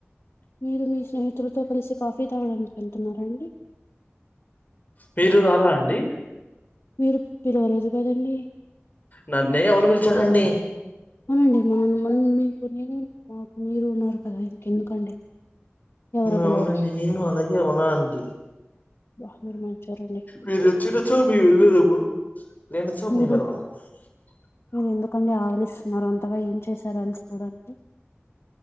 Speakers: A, on the left (about 65°); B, on the left (about 40°).
A: మీరు మీ స్నేహితులతో కలిసి కాఫీ తాగడానికి వెళ్తున్నారండి
B: మీరు రారా అండి
A: మీరు పిలవలేదు కదండి
B: నన్నే ఎవరు పిలిచారండి
A: అవునండి మనల్ మ మీకు నేను మాకు మీరు ఉన్నారు కదా ఇంకెందుకండి ఎవరో పిలవడం
B: అవునండి నేను అలాగే ఉన్నా అండి
A: బా మీరు మంచోరండి
B: మీరు వచ్చినచో మేము వెళ్ళేదము రెండు చుమి
A: మీరు
B: వెళ్ళం <unintelligible>
A: మీరు ఎందుకండి ఆవలిస్తున్నారు అంతగా ఏం చేశారు అలిసిపోడానికి